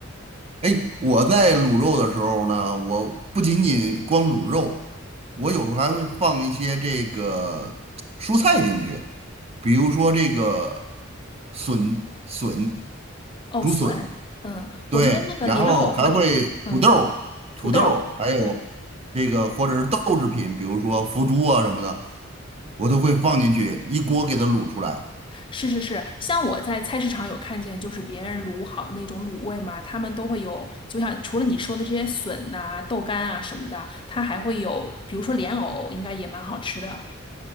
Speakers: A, on the right; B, on the left.
A: 哎，我在卤肉的时候呢，我不仅仅光卤肉，我有时候还会放一些这个蔬菜进去，比如说这个笋、笋、
B: <laughs> 哦，
A: 竹笋，
B: 笋，
A: 啊
B: 嗯，
A: 对，
B: 我觉得那个莲藕和嗯
A: 然后还会土豆儿土豆儿还有这个或者是豆制品，
B: 土豆儿，对。
A: 比如说腐竹啊什么的，我都会放进去，一锅给它卤出来。
B: 是是是，像我在菜市场有看见，就是别人卤好的那种卤味嘛，他们都会有，就像除了你说的这些笋呐、豆干啊什么的，它还会有，比如说莲藕，应该也蛮好吃的。